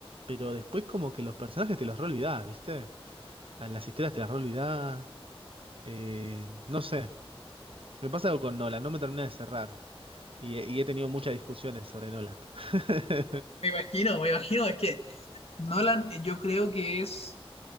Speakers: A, on the right (about 65°); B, on the left (about 80°).
A: pero después como que los personajes te los re olvidás, ¿viste? A Las historias te las re olvidás. Eh, no sé, me pasa algo con Nolan, no me termina de cerrar. Y, he y he tenido muchas discusiones sobre Nolan. <laughs>
B: Me imagino, me imagino. Es que Nolan, eh, yo creo que es